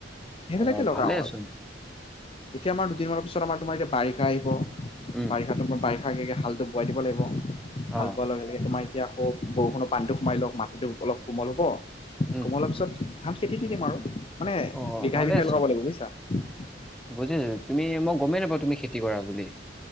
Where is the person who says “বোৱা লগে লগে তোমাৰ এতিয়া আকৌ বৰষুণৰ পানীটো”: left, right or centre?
Left